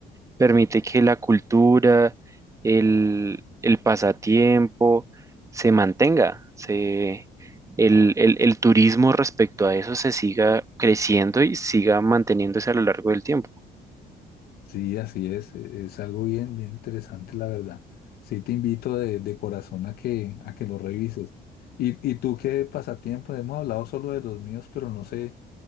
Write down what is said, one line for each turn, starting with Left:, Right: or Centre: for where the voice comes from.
Right: permite que la cultura, el, el pasatiempo se mantenga, se, el, el, el turismo respecto a eso se siga creciendo y siga manteniéndose a lo largo del tiempo.
Left: Sí, así es, e- es algo bien, bien interesante, la verdad. Sí, te invito de, de corazón a que, a que lo revises. ¿Y, y tú qué pasatiempo? Hemos hablado solo de los míos, pero no sé,